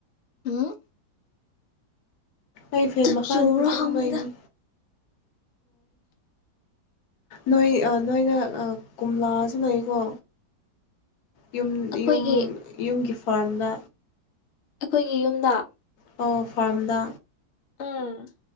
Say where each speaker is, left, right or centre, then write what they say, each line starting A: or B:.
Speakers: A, on the left (about 85°); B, on the left (about 65°).
A: ꯎꯝ
B: ꯑꯩ ꯐꯦꯟ ꯃꯈꯥꯗꯨꯗ
A: ꯆꯨꯕ꯭ꯔꯣ
B: ꯑꯗꯨꯨꯝꯕꯩꯅꯤ
A: ꯍꯪꯕꯅꯤꯗ
B: ꯅꯣꯏ ꯅꯣꯏꯅ ꯀꯣꯝꯂꯥꯁꯨ ꯂꯩꯀꯣ ꯌꯨꯝ
A: ꯑꯩꯈꯣꯏꯒꯤ
B: ꯌꯨꯝ ꯌꯨꯝꯒꯤ ꯐꯥꯔꯝꯗ
A: ꯑꯩꯈꯣꯏꯒꯤ ꯌꯨꯝꯗ
B: ꯄ ꯐꯥꯔꯝꯗ
A: ꯎꯝ